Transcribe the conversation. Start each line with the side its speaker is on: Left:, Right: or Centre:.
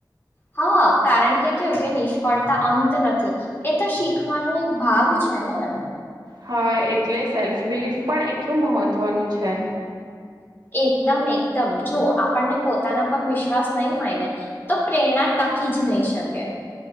Left: હા કારણ કે કેવું કે નિષ્ફળતા અંત નથી એ તો શીખવાનુ એક ભાગ છે ને.
Right: હા એટલે સેલ્ફ બિલીફ પણ એટલું મહત્વનું છે.
Left: એકદમ એકદમ જો આપણને પોતાના પર વિશ્વાસ નહી હોય ને તો પ્રેરણા ટકી જ નહી શકે.